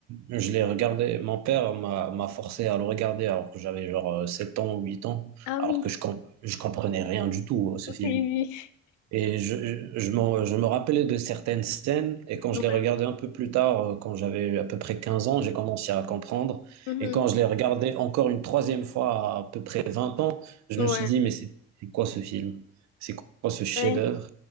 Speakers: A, on the right; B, on the left.
A: je l'ai regardé, mon père m'a m'a forcé à le regarder alors que j'avais genre euh, 7 ans ou 8 ans,
B: Ah
A: alors
B: oui,
A: que je, com- je comprenais rien du tout à ce
B: <laughs> ok,
A: film.
B: oui.
A: Et je, je, je m'en- je me rappelais de certaines scènes, et quand
B: Ouais.
A: je l'ai regardé un peu plus tard, euh, quand j'avais à peu près 15 ans, j'ai commencé à comprendre.
B: Mhm.
A: Et quand je l'ai regardé encore une troisième fois à, à peu près 20 ans, je
B: Ouais.
A: me suis dit, mais c'est c'est quoi ce film? C'est quoi ce chef-d'œuvre?
B: Ouais.